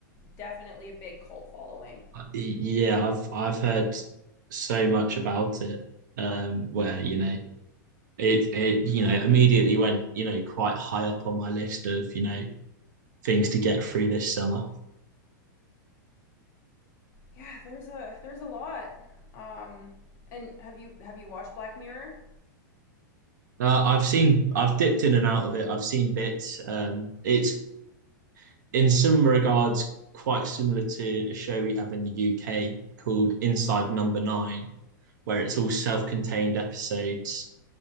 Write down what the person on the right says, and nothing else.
Yeah, I've I've heard so much about it, um, where you know it it you know immediately went you know quite high up on my list of you know things to get through this summer.
Uh, I've seen, I've dipped in and out of it. I've seen bits. Um, it's in some regards quite similar to a show we have in the UK called Inside Number Nine, where it's all self-contained episodes,